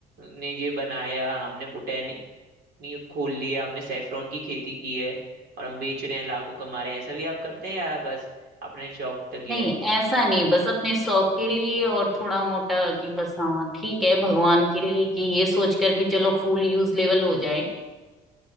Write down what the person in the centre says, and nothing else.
नहीं
ऐसा नहीं बस अपने शौक के लिए और थोड़ा मोटा कि बस हाँ ठीक है भगवान के लिए कि ये सोच कर कि चलो फूल यूज लेवल हो जाए